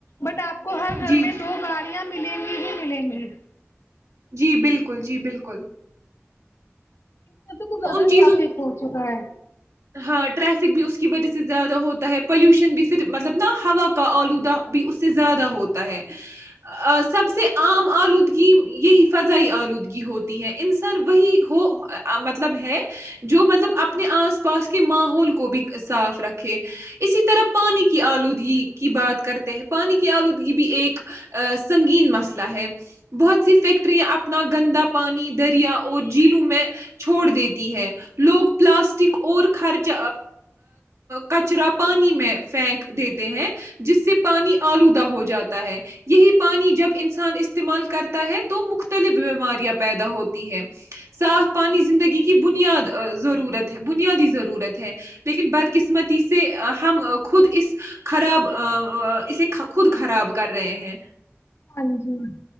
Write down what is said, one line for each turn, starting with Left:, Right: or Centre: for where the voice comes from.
Left: بٹ آپ کو ہر گھر
Right: جی
Left: میں دو گاڑیاں ملیں گی ہی ملیں گی
Right: جی بلکل جی بلکل
Left: اس لیں تو کچھ زیادہ
Right: چیزوں
Left: ٹریفک ہو چکا ہے
Right: ہاں ٹریفک بھی اس کی وجہ سے زیادہ ہوتا ہے پولوشن بھی پھر مطلب نا ہوا کا آلودہ بھی اس سے زیادہ ہوتا ہے سب سے عام آلودگی یہی فضائی آلودگی ہوتی ہے انسان وہی ہو مطلب ہے جو مطلب اپنے آس پ پاس کے ماحول کو بھی صاف رکھے اسی طرح پانی کی آلود کی بات کرتے ہیں پانی کی آلودگی بھی ایک سنگین مسئلہ ہے بہت سی فیکٹریاں اپنا گندا پانی دریا اور جھیلوں میں چھوڑ دیتی ہے لوگ پلاسٹک خرچ کچرا پانی میں پھینک دیتے ہیں جس سے پانی آلودہ ہو جاتا تا ہے یہی پانی جب انسان استعمال کرتا ہے تو مختلف بیماریاں پیدا ہوتی ہیں صاف پانی زندگی کی بنیاد ضرورت ہے بنیادی ضرورت ہے لیکن بد قسمتی سے ہم خود اس خراب اسے خود خراب کر رہے ہیں
Left: ہاں جی